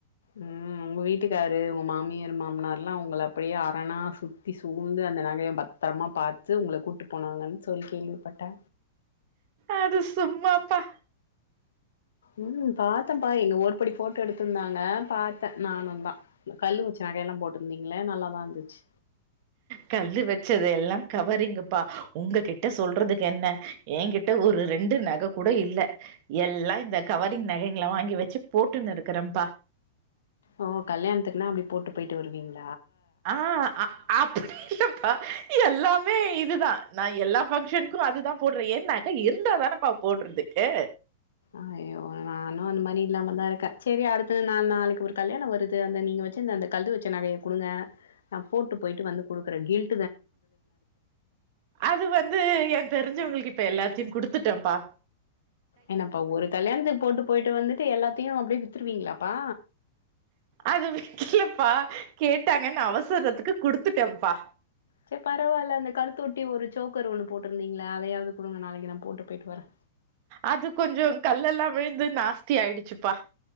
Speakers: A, on the left; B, on the right.
A: உம் உங்க வீட்டுக்காரு உங்க மாமியார் மாமனார்லா உங்கள அப்டியே அரணா சுத்தி சூழ்ந்து அந்த நகைய பத்தரமா பாத்து உங்கள கூட்டு போனாங்கன்னு சொல்லி கேள்விபட்டே
B: அது சும்மாப்பா
A: உம் பாத்தேப்பா எங்க ஒரபடி போட்டோ எடுத்துருந்தாங்க பாத்தே நானு தா கல்லு வச்ச நகையெல்லா போட்ருந்தீங்கள நல்லாதா இருந்துச்சி
B: கல்லு வச்சது எல்லா கவரிங்குப்பா உங்ககிட்ட சொல்றதுக்கு என்ன என்கிட்ட ஒரு ரெண்டு நக கூட இல்ல எல்லா இந்த கவரிங் நகைங்கள வாங்கி வச்சு போட்டுன்னு இருக்கறேபா
A: ஓ கல்யாணத்துக்குன்னா அப்டி போட்டு பொயிட்டு வருவீங்க
B: ஆஹ் அப்டி எப்பா எல்லாமே இதுதா நா எல்லா பங்க்ஷனுக்கு அதுதா போடுறே ஏன் நக இருந்தாதானேப்பா போடுறதுக்கு
A: அய்யோ நானு அந்த மாரி இல்லாம தா இருக்கே சரி அடுத்த நா நாளைக்கு ஒரு கல்யாணோ வருது அந்த நீங்க வச்சுந்த அந்த கல்லு வச்ச நகைய குடுங்க நா போட்டு பொயிட்டு வந்து குடுக்குறே கில்
B: அது வந்து ஏ தெரிஞ்சவங்களு இப்ப எல்லாத்தையு குடுத்துட்டேப்பா
A: என்னப்பா ஒரு கல்யாணத்துக்கு போட்டு பொயிட்டு வந்துட்டு எல்லாத்தையு அப்டியே வித்துருவீங்களாப்பா
B: அது விக்கலப்பா கேட்டாங்கன்னு அவசரத்துக்கு குடுத்துட்டேப்பா
A: சேர் பரவால அந்த கழுத்த ஒட்டி ஒரு சோக்கரு ஒன்னு போட்ருந்தீங்களே அதையாவது குடுங்க நாளைக்கு நா போட்டு பொயிட்டு வரே
B: அது கொஞ்ஜோம் கல்லெல்லா விழுந்து நாஸ்தி ஆயிடுச்சுப்பா